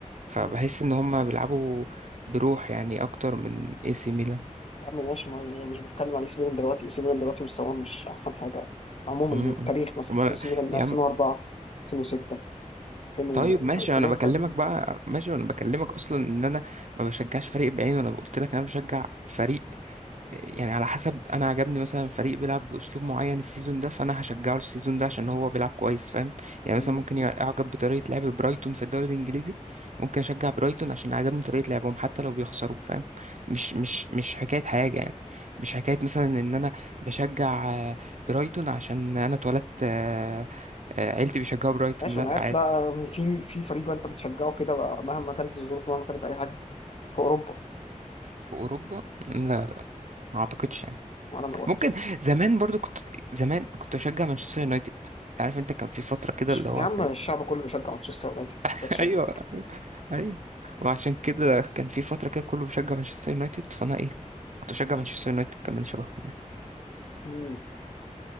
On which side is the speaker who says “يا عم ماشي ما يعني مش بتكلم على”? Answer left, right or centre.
Left